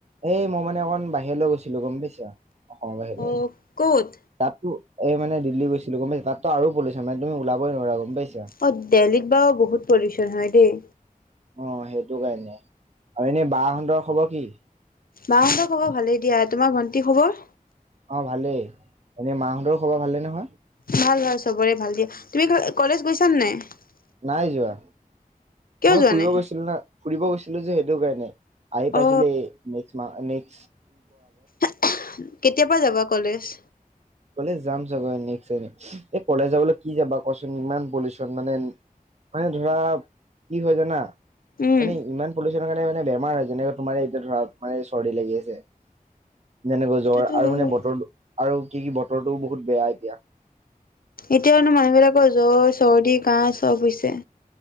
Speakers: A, on the right; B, on the left.
A: এই মই মানে অকণমান, বাহিৰলৈ গৈছিলো গম পাইছা। অসমৰ বাহিৰে,
B: অ ক'ত
A: তাতো এই মানে, দিল্লী গৈছিলো, গম পাইচা তাত তাতটো আৰু পলিউচন মানে তুমি উলাবই, নোৱাৰা গম পাইছা।
B: অ' দিল্লীত বাৰু বহুত, পলিউচন হয় দেই।
A: অ' সেইটো কাৰণে আৰু এনে বা হতঁৰ খবৰ কি?
B: বাহঁতৰ খবৰ ভালেই দিয়া, তোমাৰ ভণ্টি খবৰ?
A: অ' ভালেই। এনেই মাহঁতৰ খবৰ ভালে নহয়?
B: ভাল ভাল চবৰে ভাল দিয়া। তুমি কলেজ গৈছ <unintelligible>
A: নাই যোৱা। মই
B: যোৱা
A: ফুৰিব
B: নাই
A: গৈছিলো না। ফুৰিব গৈছিলো যে সেইটো কাৰণে। আহি পাইছিলে
B: অ
A: এ। <unintelligible>
B: কেতিয়াৰ পৰা যাবা কলেজ?
A: এ, যাম চাগৈ নেক্সট <unintelligible> এই কলেজ যাবলৈ কি যাবা কচোন ইমান পলিউচন মানে মানে ধৰা কি হয় জানা
B: উম
A: মানে ইমান পলিউচনৰ কাৰণে মানে বেমাৰ হয় যেনেকোৱা তোমাৰ এতিয়া ধৰা তোমাৰ চৰ্দি লাগি আছে। যেনেকৈ
B: সেইটোতো
A: জ্বৰ আৰু
B: হয়
A: মানে বতৰটো আৰু কি কি বতৰটোও বহুত বেয়া এতিয়া।
B: এতিয়াওনো মানুহবিলাকৰ জ্বৰ চৰ্দি কাহ চব হৈছে।